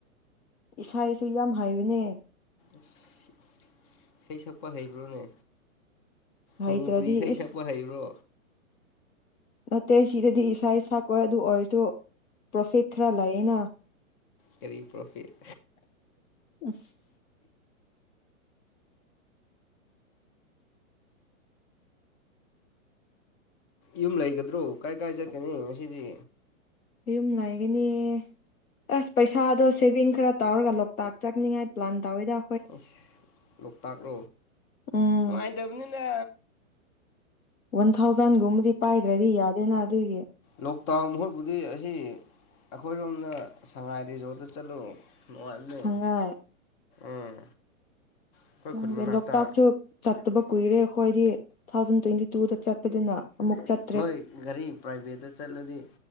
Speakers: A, on the left; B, on the left.
A: ꯏꯁꯩ ꯁꯨ ꯌꯥꯝ ꯍꯩꯕꯅꯦ
B: ꯏꯁ ꯏꯁꯩ ꯁꯛꯄꯥ ꯍꯩꯕ꯭ꯔꯣꯅꯦ
A: ꯍꯩꯇ꯭ꯔꯗꯤ
B: ꯃꯅꯤꯄꯨꯔꯤ ꯏꯁꯩ
A: ꯏꯁ
B: ꯁꯛꯄꯥ ꯍꯩꯕ꯭ꯔꯣ
A: ꯅꯠꯇꯦ ꯁꯤꯗꯗꯤ ꯏꯁꯥ ꯏꯁꯥ ꯀꯣꯢ ꯑꯗꯨ ꯑꯣꯏꯔꯁꯨ ꯄ꯭ꯔꯣꯐꯤꯠ ꯈꯔꯥ ꯂꯩꯌꯦꯅꯥ
B: ꯀꯔꯤ ꯄ꯭ꯔꯣꯐꯤꯠ?
A: <unintelligible>
B: ꯌꯨꯝ ꯂꯩꯒꯗ꯭ꯔꯣ? ꯀꯥꯏ ꯀꯥꯏ ꯆꯠꯀꯅꯤ ꯉꯁꯤꯗꯤ꯫
A: ꯌꯨꯝ ꯂꯩꯥꯒꯅꯤ ꯑꯥꯁ ꯄꯩꯁꯥꯗꯣ ꯁꯦꯕꯤꯡ ꯈꯔ ꯇꯧꯔꯒ ꯂꯣꯛꯇꯥꯛ ꯆꯥꯛꯅꯤꯡꯉꯥꯏ ꯄ꯭ꯂꯥꯟ ꯇꯧꯔꯤꯗꯥ
B: ꯑꯁ ꯂꯣꯛꯇꯥꯛꯂꯣ
A: ꯎꯝ
B: ꯅꯨꯡꯉꯥꯏꯇꯕꯅꯤꯗꯥ
A: ꯋꯥꯟ ꯊꯥꯎꯖꯟ ꯒꯨꯝꯕꯗꯤ ꯄꯥꯏꯗ꯭ꯔꯗꯤ ꯌꯥꯗꯦꯅꯥ ꯑꯗꯨꯒꯤ
B: ꯂꯣꯛꯇꯥꯛ ꯃꯍꯨꯠꯕꯨꯨꯗꯤ ꯑꯁꯤ ꯑꯩꯈꯣꯏꯔꯣꯝꯅ ꯁꯉꯥꯏ ꯔꯤꯖꯣꯔꯠꯇ ꯆꯠꯂꯨ ꯅꯨꯡꯉꯥꯏꯕꯅꯤ
A: ꯁꯉꯥꯏ
B: ꯎꯝ ꯑꯩꯈꯣꯏ
A: ꯈꯪꯗꯦ
B: ꯈꯨꯟ ꯃꯅꯥꯛꯇ
A: ꯂꯣꯛꯇꯥꯛꯁꯨ.... ꯆꯠꯇꯕ ꯀꯨꯏꯔꯦ ꯑꯩꯈꯣꯏꯗꯤ ꯇꯨ ꯊꯥꯎꯖꯟ ꯇ꯭ꯋꯦꯟꯇꯤ ꯇꯨꯗ ꯆꯠꯄꯗꯨꯅ ꯑꯃꯨꯛ ꯆꯠ
B: ꯅꯣꯏ ꯒꯥꯔꯤ ꯄ꯭ꯔꯥꯏꯚꯦꯠꯇꯥ ꯆꯠꯂꯗꯤ